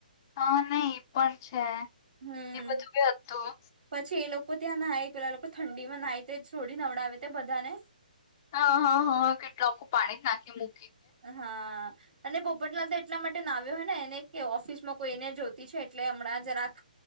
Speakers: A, on the left; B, on the right.
A: હા, નઈ એ પણ છે.
B: હમ
A: એ બધું બે હતું
B: પછી એ લોકો ત્યાં ના પેલા લોકો, ઠંડીમાં, ના તે છોડી નવડાવે તે બધા ને
A: હા, હા, હા! કેટલા લોકો પાણી જ નાખી મૂકે.
B: હા. અને પોપટલાલ તો એટલા માટેના આવ્યો હોય, ને એને કે ઓફિસમાં કોઈને જોતી છે, એટલે હમણાં જરાક